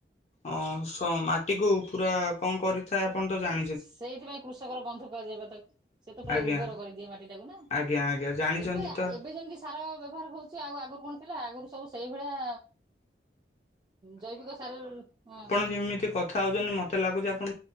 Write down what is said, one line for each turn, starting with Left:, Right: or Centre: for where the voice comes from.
Left: ଅଁ ମାଟିକୁୁ ପୁରା କଣ କରି ଥାଏ ଆପଣ ତ ଜାଣି
Right: ସେଇଥିପାଇଁ କୃଷକର ବନ୍ଧୁ କୁହାଯାଏ ପା ତାକୁ ସେ ତ ପୁରା
Left: ଆଜ୍ଞା
Right: ଉର୍ବର କରିଦିଏ ମାଟି ଟାକୁ ନା।
Left: ଆଜ୍ଞା ଆଜ୍ଞା ଜାଣିଚନ୍ତି
Right: ଏବେ ଆ
Left: ତ
Right: ଏବେ ଯେମିତି ସାର ବ୍ୟବହାର ହଉଛି ଆଉ ଆଗରୁ କଣ ଥିଲା ଆଗରୁ ସବୁ ସେଇଭଳିଆ ଜୈବିକ ସାରରୁ ହଁ
Left: ଏମିତି କର କଥା ହଉଛନ୍ତି ମତେ ଲାଗୁଛି ଆପଣ